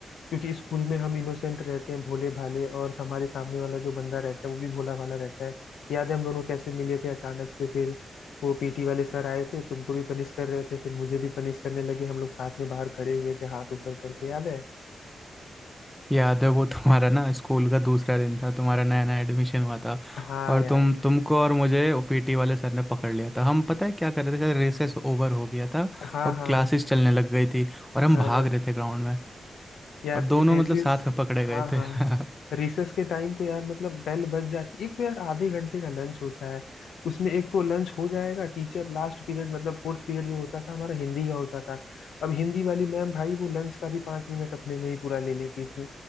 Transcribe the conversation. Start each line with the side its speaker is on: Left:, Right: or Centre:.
Left: क्योंकि स्कूल में हम इनोसेंट रहते हैं भोले भाले और हमारे सामने वाला जो बंदा रहता है वो भी भोला भाला रहता है याद है हम दोनों कैसे मिले थे अचानक से फिर वो पीटी वाले सर आए थे तुमको भी पनिश कर रहे थे फिर मुझे भी पनिश करने लगे हम लोग साथ में बाहर खड़े हुए थे हाथ ऊपर करके याद है
Centre: याद है वो तुम्हारा ना स्कूल का दूसरा दिन था तुम्हारा नया नया एडमिशन हुआ था
Left: हाँ
Centre: और
Left: यार
Centre: तुम तुमको और मुझे पीटी वाले सर ने पकड़ लिया था हम पता है क्या कर रहे थे शायद रेसेस ओवर हो गया था
Left: हाँ
Centre: और
Left: हाँ
Centre: क्लासेस चलने लग गई थी और हम
Left: हाँ
Centre: भाग रहे थे ग्राउंड में
Left: यार
Centre: और दोनों
Left: रेसेस
Centre: मतलब साथ में पकड़े गए
Left: हाँ हाँ
Centre: थे <laughs>
Left: रिसेस के टाइम तो यार मतलब बेल बज जाती एक तो यार आधे घंटे का लंच होता है उसमें एक तो लंच हो जाएगा टीचर लास्ट पीरियड मतलब फोर्थ पीरियड जो होता था हमारा हिंदी का होता था अब हिंदी वाली मैम भाई वो लंच का भी पाँच मिनट अपने में ही पूरा ले लेती थी